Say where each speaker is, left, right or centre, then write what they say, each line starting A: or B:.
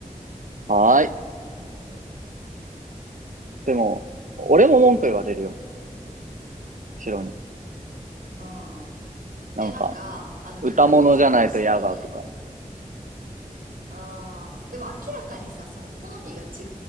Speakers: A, on the right; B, on the right.
A: はーい。
B: うん。
A: でも、俺も文句言われるよ。白に。
B: あ
A: なんか、
B: いや、なんか、あの、
A: 歌物じゃないと嫌だとか。
B: リクエストして、あーでも明らかにさ、その好みが違